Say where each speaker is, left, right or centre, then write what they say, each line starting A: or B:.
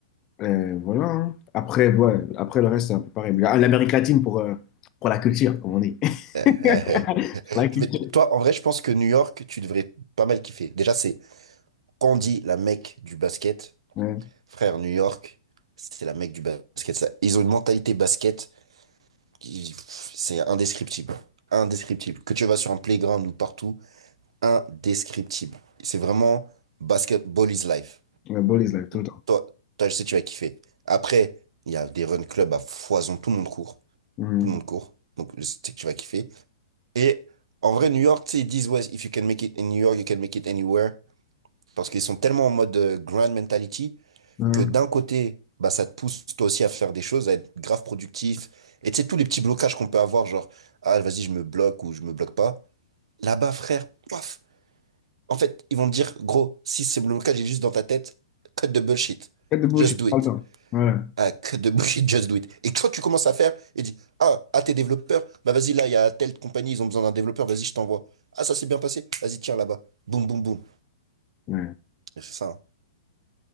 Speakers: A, on the left (about 15°); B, on the right (about 80°).
A: euh, voilà. hein. Après, ouais, après, le reste, c'est un peu pareil. Mais, ah, L'Amérique latine pour, euh, pour la culture, comme on dit. <laughs>
B: euh, <laughs>
A: Pour la culture.
B: Je vais t- Toi, en vrai, je pense que New York, tu devrais pas mal kiffer. Déjà, c'est quand on dit la Mecque du basket,
A: Ouais.
B: frère, New York, c'est la Mecque du basket. Ça- Ils ont une mentalité basket qui, pff, c'est indescriptible. Indescriptible. Que tu vas sur un playground ou partout, indescriptible. C'est vraiment basketball is life.
A: La police, like, tout
B: Donc,
A: le temps.
B: toi, toi, je sais, que tu vas kiffer. Après, il y a des run clubs à foison, tout le monde court.
A: Mhm.
B: Tout le monde court. Donc, je sais que tu vas kiffer. Et en vrai, New York, tu sais, ils disent, ouais, if you can make it in New York, you can make it anywhere. Parce qu'ils sont tellement en mode euh, grand mentality
A: Mhm.
B: que d'un côté, bah, ça te pousse toi aussi à faire des choses, à être grave productif. Et tu sais, tous les petits blocages qu'on peut avoir, genre, ah, vas-y, je me bloque ou je me bloque pas. Là-bas, frère, paf. En fait, ils vont te dire, gros, si ce blocage est juste dans ta tête, cut the bullshit.
A: Tête de bouche,
B: Just
A: j'ai
B: do
A: pas
B: it.
A: le temps. Ouais.
B: Ah, <laughs> que de bullshit, just do it. Et quand tu commences à faire, et dis, ah, à tes développeurs, bah vas-y, là, il y a telle compagnie, ils ont besoin d'un développeur, vas-y, je t'envoie. Ah, ça s'est bien passé, vas-y, tiens, là-bas. Boum, boum, boum.
A: Ouais.
B: Et C'est ça. hein.